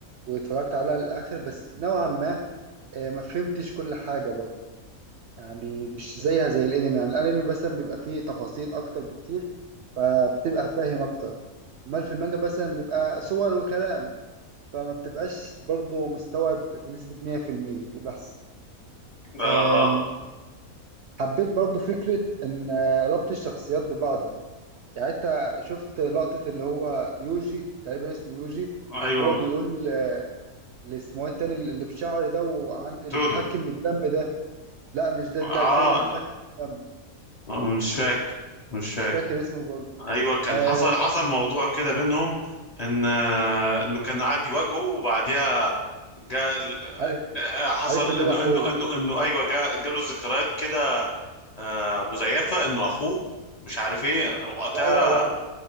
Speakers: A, on the right; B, on the left.
A: واتفرجت عليها للاخر بس نوعا ما آه، ما فهمتش كل حاجه برضه يعني مش زيها زي الانمي يعني الانمي مثلا بيبقى فيه تفاصيل اكتر بكتير فبتبقى فاهم اكتر امال في المانجا مثلا بيبقى صور وكلام فما بتبقاش برضو مستوعب بنسبة 100% اللي بيحصل
B: اه
A: أم،
B: اه
A: حبيت برضو فكرة ان آه، ربط الشخصيات ببعضها يعني انت شفت لقطة اللي هو يوجي تقريبا اسمه يوجي
B: ايوه
A: هو بيقول آه، اللي اسمه التاني اللي بشعر ده وعن... اللي
B: تودو
A: بيتحكم بالدم ده لا مش ده
B: اه
A: لا التاني اللي بيتحكم بالدم
B: لا، مش فاكر مش فاكر
A: مش فاكر اسمه برضه
B: ايوه كان
A: آه
B: حصل حصل موضوع كده بينهم ان آه، انه كان قاعد يواجهه وبعديها جاء ال-
A: عارف
B: آه، حصل
A: عارف اللي
B: انه
A: هو اخوه
B: انه انه انه ايوه جاء جاله ذكريات كده آه، مزيفه انه اخوه مش عارف ايه وقتها
A: لا هو هو عارف